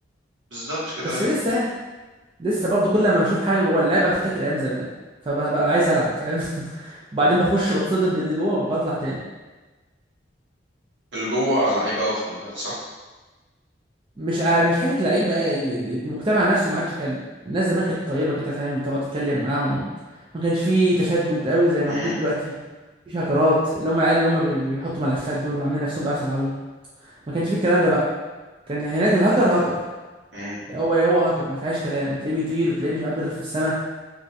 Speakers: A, on the right (about 75°); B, on the right (about 25°).
A: بالظبط كده
B: بس
A: ايوه
B: لسه يعني لسه برضه كل ما بشوف حاجة جوه اللعبة بفتكر أيام زمان فببقى عايز ألعب فاهم <laughs> وبعدين بخش بتصدم باللي جوه وبطلع تاني
A: اللي جوه لعيب قوي خلي بالك صح
B: مش ع- مش حتة لعيبة ال- ال- المجتمع نفسه ما عادش حلو الناس زمان كانت طيبة كده فاهم تقعد تتكلم معاهم ما كانش فيه تشدد قوي زي ما
A: مم.
B: موجود دلوقتي مفيش هاكرات اللي هم العيال اللي هم بي- بيحطوا ملفات دول وعاملين نفسهم بقى في يلعبوا ما كانش فيه الكلام ده بقى كان هناك الهاكر هاكر
A: مم.
B: هو هو هاكر ما فيهاش كلام تلاقيه بيطير تلاقيه مش عارف بيضرب في السماء